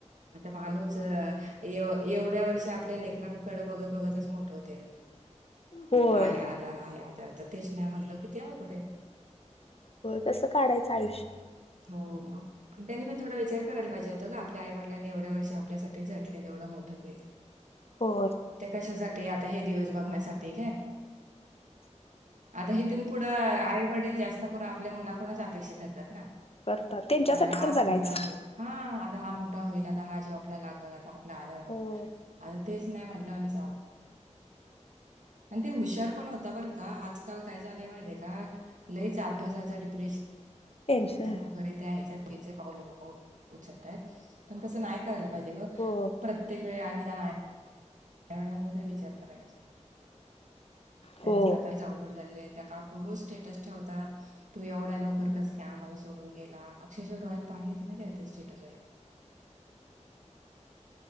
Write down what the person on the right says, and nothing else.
आता माणूज य एवढ्या वर्ष आपल्या लेकरांकड बघत बघतच मोठं होते ना
आहे आधार आहे आधार तर तेच नाही म्हटलं किती अवघडे
हो मग त्यांनी पण थोडा विचार करायला पाहिजे होतं का आपल्या आई वडलांनी एवढ्या वर्ष आपल्यासाठी झटलेत एवढं मोठ केलय
ते कशासाठी हे दिवस बघण्यासाठी काय आता हथून पुढं आईवडील जास्त करून आपल्या मुलाकडूनच अपेक्षा करतात ना
आता हा
मोठा
होय हा आता हा मोठा मोठा होईला तर हा जॉबला लागलं आता आपला आधार बनल
आता तेच नाही म्हट सवं
आणि ते हुशार पण होता बरं का आजकाल काय झालंय माहितीय का लईच अभ्यासाचं डिप्रेशन
न वगैरे ते ह्याच्यात त्याचे पाऊल उचलतयत पण तसं नाही करायला लागत पाहिजे ग
प्रत्येक वेळी आणि रा त्यालांचा विचार करायण्याचा त्यांच
आताही अवघड झाले आहेत त्या काकू रोज स्टेटस ठेवतात तू एवढ्या लवकर कस काय आम्हाला सोडून गेला अक्षरशः डोळ्यात पाणी पाणी येत ते स्टेटस पाहिलं की